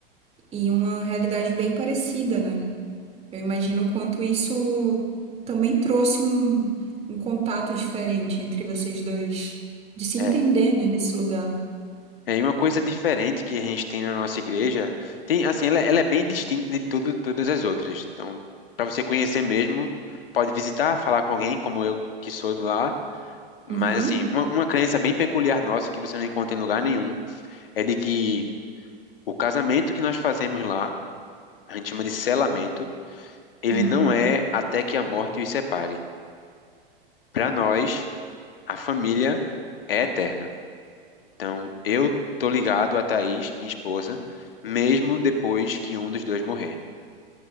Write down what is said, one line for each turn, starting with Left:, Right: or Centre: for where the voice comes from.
Right: E uma realidade bem parecida, né? Eu imagino o quanto isso também trouxe um, um contato diferente entre vocês dois. De se
Left: É.
Right: entender, né, nesse lugar.
Left: É, e uma coisa diferente que a gente tem na nossa igreja, tem assim, ela, é, ela é bem distinta de tudo, todas as outras. Então, para você conhecer mesmo, pode visitar, falar com alguém, como eu que sou de lá. Mas
Right: Uhum.
Left: assim, uma, uma crença bem peculiar nossa que você não encontra em lugar nenhum é de que o casamento que nós fazemos lá, a gente chama de selamento, ele
Right: Hum,
Left: não é até que a morte os separe. Para nós, a família é eterna. Então, eu tô ligado a Thaís, minha esposa, mesmo depois que um dos dois morrer.